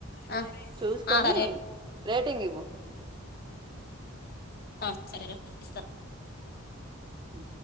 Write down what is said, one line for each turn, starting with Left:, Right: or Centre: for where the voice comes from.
Left: ఆ
Right: చూసుకొని
Left: ఆ సరేరా
Right: రేటింగ్ ఇవ్వు
Left: ఆ సరే రా ఇస్తా
Right: ఉ